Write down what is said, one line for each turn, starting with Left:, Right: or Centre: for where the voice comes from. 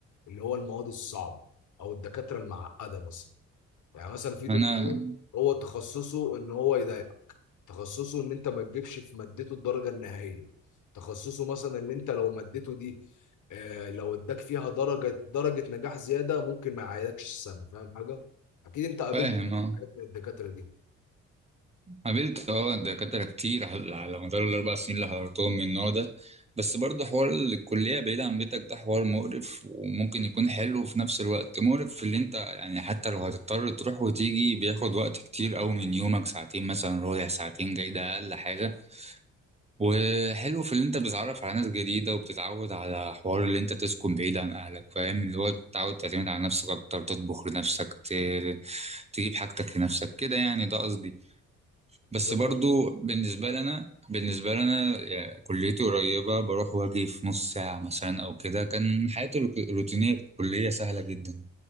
Left: اللي هو المواد الصعبه او الدكاتره المعقده مثلا يعني مثلا في دكتور
Right: انا
Left: هو تخصصه ان هو يضايق تخصصه ان انت ما تجيبش في مادته الدرجه النهائيه تخصصه مثلا اللي انت لو مادته دي آه لو اداك فيها درجه درجه نجاح زياده ممكن ما يعيدكش السنه فاهم حاجه اكيد انت قابلت
Right: فاهم اه
Left: حاجات من الدكاتره دي
Right: قابلت اه دكاترة كتير على على مدار الأربع سنين اللي حضرتهم من النوع ده بس برضه حوار الكلية بعيد عن بيتك ده حوار مقرف وممكن يكون حلو وفي نفس الوقت مقرف في اللي انت يعني حتى لو هتضطر تروح وتيجي بياخد وقت كتير أوي من يومك ساعتين مثلا رايح ساعتين جاي ده أقل حاجة وحلو في اللي انت بتتعرف على ناس جديدة وبتتعود على حوار اللي انت تسكن بعيد عن أهلك فاهم اللي هو تتعود تعتمد على نفسك أكتر تطبخ لنفسك ت- تجيب حاجتك لنفسك كده يعني ده قصدي بس
Left: ده
Right: برضو بالنسبة لنا بالنسبة لنا يعني كليتي قريبة بروح واجي في نص ساعة مثلا أو كده كان حياتي الروت- الروتينية في الكلية سهلة جدا